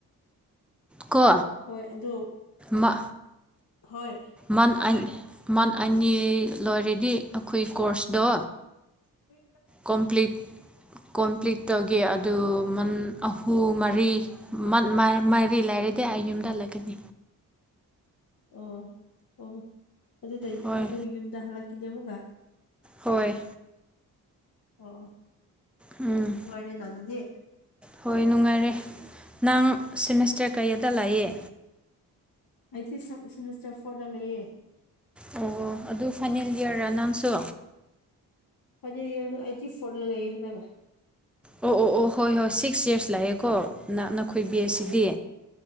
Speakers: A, in the centre; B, on the left (about 55°).
A: ꯀꯣ
B: ꯍꯣꯏ ꯑꯗꯣ
A: ꯃ
B: ꯍꯣꯏ
A: ꯃꯟ ꯑꯟ ꯃꯟ ꯑꯅꯤ ꯂꯣꯏꯔꯗꯤ ꯑꯩꯈꯣꯏ ꯀꯣꯔꯁꯇꯣ
B: <inaudible>
A: ꯀꯣꯝꯄ꯭ꯂꯤꯠ ꯀꯣꯝꯄ꯭ꯂꯤꯠ ꯇꯧꯒꯦ ꯑꯗꯨꯟ ꯃꯟ ꯑꯍꯨꯝ ꯃꯔꯤ ꯃꯟ ꯃ ꯃꯔꯤ ꯂꯩꯔꯗꯤ ꯑꯩ ꯌꯨꯝꯗ ꯍꯜꯂꯒꯅꯤ
B: ꯑꯣ ꯑꯣ ꯑꯗꯨꯗꯩ
A: ꯍꯣꯏ
B: ꯑꯗꯨ ꯌꯨꯝꯗ ꯍꯜꯂꯛꯈꯤꯅꯦ ꯑꯃꯨꯛꯀ
A: ꯍꯣꯏ
B: ꯑꯣ ꯑꯣ
A: ꯎꯝ
B: ꯅꯨꯉꯥꯏꯔꯦꯗ ꯑꯗꯨꯗꯤ
A: ꯍꯣꯏ ꯅꯨꯡꯉꯥꯏꯔꯦ ꯅꯪ ꯁꯦꯃꯤꯁꯇꯔ ꯀꯩꯌꯥꯗ ꯂꯥꯛꯑꯦ
B: ꯑꯩꯗꯤ ꯁꯦꯝ ꯁꯦꯃꯤꯁꯇꯔ ꯐꯣꯔꯗ ꯂꯩꯌꯦꯦ
A: ꯑꯣ ꯑꯗꯨ ꯐꯥꯏꯅꯦꯜ ꯏꯌꯥꯔ ꯔ ꯅꯝꯁꯨ
B: ꯐꯥꯏꯅꯦꯜ ꯑꯌꯔꯗꯣ ꯑꯩꯇꯤ ꯐꯣꯔꯗ ꯂꯩꯌꯦ ꯍꯟꯗꯛ
A: ꯑꯣ ꯑꯣ ꯑꯣ ꯍꯣꯏ ꯍꯣꯏ ꯁꯤꯛꯁ ꯏꯌꯔꯁ ꯂꯥꯛꯑꯦꯀꯣ ꯅꯛꯅꯈꯣꯏ ꯕꯤꯁ
B: ꯍꯣꯏ
A: ꯁꯤꯗꯤ